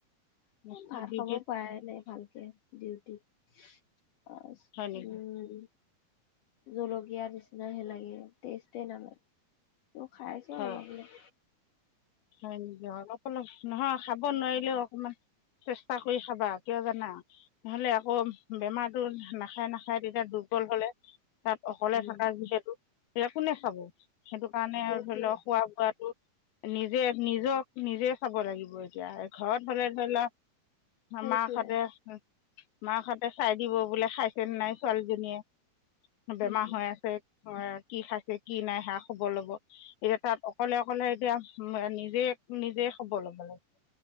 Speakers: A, on the left (about 80°); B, on the left (about 65°).
A: নেশ্যনেল
B: ভাত
A: ডিউটিত
B: খাব পৰাই নাই ভালকে ডিউটিত। <unintelligible>
A: হয় নেকি
B: উম। জলকীয়া নিচিনাহে লাগে টেষ্টে এ নালাগে। তেও খাই আছো
A: হয়
B: অলপ অলপ।
A: হয় নেকি? অলপ অলপ নহয় খাব নোৱাৰিলেও অকমান চেষ্টা কৰি খাবা কিয় জানা নহলে আকৌ বেমাৰতো নাখায় নাখায় তেতিয়া দুৰ বল হলে। তাত অকলে
B: উম
A: থাকা যিহেতু, তেতিয়া কোনে চাব? সেইটো কাৰণে
B: সেইটোৱে
A: আৰু ধৰি ল খোৱা বোৱাটো নিজে নিজক নিজে চাব লাগিব এতিয়া ঘৰত হলে ধৰি ল
B: সেইটোৱে
A: মাক হতে, মাক হতে চাই দিব বোলে খাইছেনে নাই ছোৱালীজনীয়ে বেমাৰ
B: উম
A: হৈ আছে। হয় কি খাইছে কি নাই সেয়া খবৰ ল'ব এতিয়া তাত অকলে অকলে এতিয়া নিজে নিজে খবৰ ল'ব লাগিব